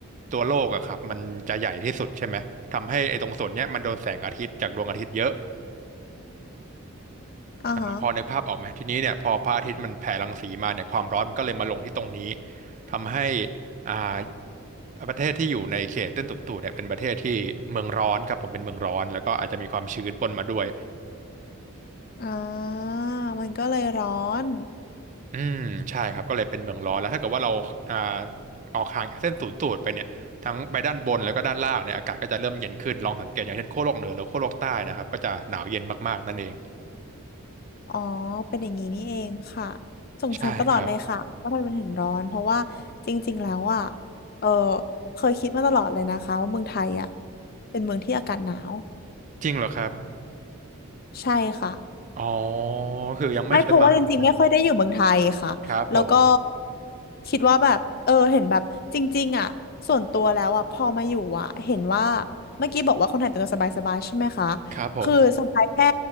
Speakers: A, on the right; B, on the left.
A: ตัวโลกอะครับมันจะใหญ่ที่สุดใช่ไหมทำให้ไอ้ตรงส่วนเนี้ยมันโดนแสงอาทิตย์จากดวงอาทิตย์เยอะ
B: อ่าฮะ
A: อ่าพอนึกภาพออกไหมทีนี้เนี่ยพอพระอาทิตย์มันแผ่รังสีมาเนี่ยความร้อนมันก็เลยมาลงที่ตรงนี้ทำให้อ่าประเทศที่อยู่ในเขตเส้นสูนสูดเนี่ยเป็นประเทศที่เมืองร้อนครับผมเป็นเมืองร้อนแล้วก็อาจจะมีความชื้นปนมาด้วย
B: อ่า มันก็เลยร้อน
A: อืมใช่ครับก็เลยเป็นเมืองร้อนแล้วถ้าเกิดว่าเราอ่าออกห่างจากเส้นศูนย์สูตรไปเนี่ยทั้งไปด้านบนแล้วก็ด้านล่างเนี่ยอากาศก็จะเริ่มเย็นขึ้นลองสังเกตอย่างเช่นขั้วโลกเหนือหรือขั้วโลกใต้นะครับก็จะหนาวเย็นมากๆนั่นเอง
B: อ๋อ เป็นอย่างนี้นี่เองค่ะสงสัยตลอดเลยค่ะ
A: ใช่ครับ
B: ว่าทำไมมันถึงร้อน เพราะว่าจริงๆ แล้วอ่ะ เออ เคยคิดมาตลอดเลยนะคะว่าเมืองไทยอ่ะ เป็นเมืองที่อากาศหนาว
A: จริงเหรอครับ
B: ใช่ค่ะ
A: อ๋อคือยังไม่เคยมาเมืองไทย
B: ไม่เพราะว่าจริงๆไม่ค่อยได้อยู่เมืองไทยค่ะแล้วก็
A: ครับผม
B: คิดว่าแบบเออเห็นแบบจริงๆอ่ะส่วนตัวแล้วอ่ะพอมาอยู่อ่ะเห็นว่าเมื่อกี้บอกว่าคนไทยแต่งตัวสบายๆใช่ไหมคะ
A: ครับผม
B: คือสบายแค่